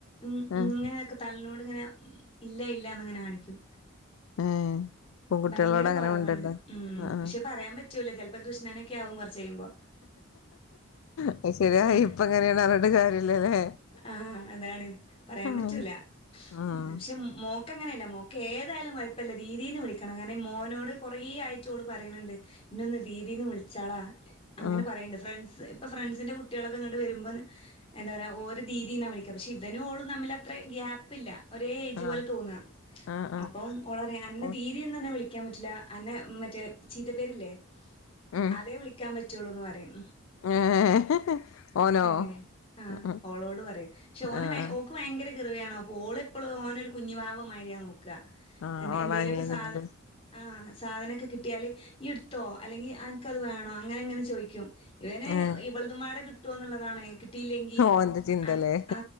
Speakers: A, on the left; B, on the left.
A: ഉം
B: ആഹ്
A: ഇങ്ങനെക്കെ തലനോട് ഇങ്ങനെ ഉം ഇല്ല ഇല്ലാന്ന് ഇങ്ങനെ കാണിക്കും.
B: ഏഹ് പെൺകുട്ടികളോട്
A: ഭയങ്കര
B: അങ്ങനെ
A: കൊറവാണ്
B: മിണ്ടണ്ട
A: ഉം
B: ആഹ്
A: പക്ഷെ പറയാൻ പ റ്റൂല ചെൽ പ്പൊ കൃഷ്ണനൊക്കെയാവും കൊറച്ച് കെയ്യുമ്പോ.
B: അത് ശരിയാ
A: അതെ
B: ഇപ്പ എങ്ങനെയാണ് പറഞ്ഞിട്ട് കാര്യല്ലല്ലേ
A: ആ അതാണ് പറയാൻ
B: ആഹ്
A: പറ്റൂല
B: ആഹ്
A: പക്ഷെ മോക്ക് മോക്കങ്ങനെയല്ല മോക്ക് ഏതായാലും കൊയപ്പല്ല ദീദീ ന്ന് വിളിക്കണം കാരണം മോനോട് കുറേ ആയിട്ടോള് പറയിന്ണ്ട് ഇന്നൊന്ന് ദീദീ ന്ന് വിളിച്ചാളാ അങ്ങനെ
B: ആഹ്
A: പറയണ്ട് ഫ്രണ്ട്സ് ഇപ്പ ഫ്രണ്ട്സിന്റെ കുട്ട കുട്ടികളൊക്കെ ഇങ്ങട്ട് വരുമ്പോ എന്താ പറയാ ഓര് ദീദീന്നാ വിളിക്കാ പക്ഷെ ഇവനും ഓളും തമ്മിൽ അത്ര ഗ്യാപ്പില്ല ഒരേ ഏജ് പോലെ
B: ആഹ്
A: തോന്നാ
B: ആഹ് ആഹ്
A: അപ്പം ഓളറിം അന്റെ
B: ഓ
A: ദീദീ ന്ന് തന്നെ വിളി ക്കാൻ പറ്റില്ല അന്നെ മറ്റേ ചീത്ത പേരില്ലേ
B: ഉം
A: അതെ വിളിക്കാൻ പറ്റുള്ളൂന്ന് പറയും
B: ഏഹ് ഓനോ
A: അങ്ങനെ ആ
B: ഉം
A: ഓളോട് പറയാ പക്ഷെ ഓന്
B: ആഹ്
A: ഓക്ക് ഭയങ്കര ഭയങ്കര കിറുവയണ പ്പോഓളപ്പളും ഓനെരു കുഞ്ഞു വാവമായിരിയാ നോ ക്കാ
B: ആഹ് ഓളാനിയനാണല്ലേ
A: എന്തെലൊക്കെ സാധ ആ സാധനൊക്കെ കിട്ടിയാല് യ്യ് ട്ത്തോ അല്ലെങ്കി അൻക്കത് വേണോ അങ്ങനെ അങ്ങനെ ചോയിക്കും ഇവനെ
B: ഏഹ്
A: ഇവളതുംപാടെ കി ട്ടുന്നുള്ളതാണ് കിട്ടില്ലെങ്കി
B: ഓന്റെ ചിന്തല്ലേ
A: ആ